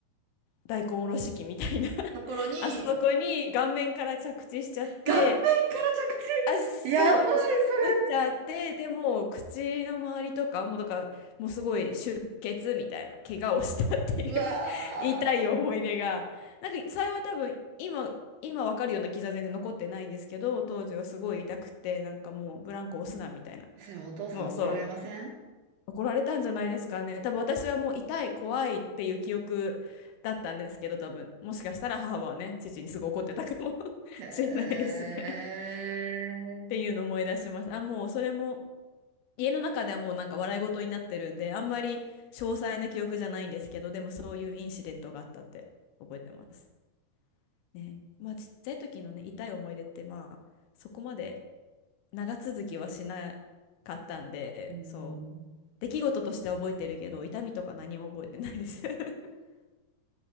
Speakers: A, on the left; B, on the right.
A: 大根おろし器みたいな <laughs>
B: ところに、
A: あそこに顔面から着地しちゃって、
B: 顔面から着
A: あ、そう、
B: 地やばい、
A: そ打っちゃって、
B: そ
A: でもう口の周りとか、もうだから、もうすごい出血みたいな、怪我をしたっていう
B: れ。うわ
A: <laughs> 痛い思い出が、なんか幸い多分、今、今わかるような傷は全然残ってないんですけど、当時はすごい痛くて、なんかもうブランコ押すなみたいな、
B: ー。それお父さん怒られません
A: もうそう、怒られたんじゃないですかね。多分私はもう痛い、怖いっていう記憶だったんですけど、多分、もしかしたら母はね、父にすごい怒ってたかも <laughs>
B: へえ。
A: しれないですね。っていうのを思い出しました。あ、もうそれも家の中ではもうなんか笑い事になってるんで、あんまり詳細な記憶じゃないんですけど、でもそういうインシデントがあったって覚えてます。ね。まあちっちゃい時のね、痛い思い出ってまあそこまで長続きはしなかったんで、
B: うん。
A: そう。出来事としては覚えてるけど、痛みとか何も覚えてないです <laughs>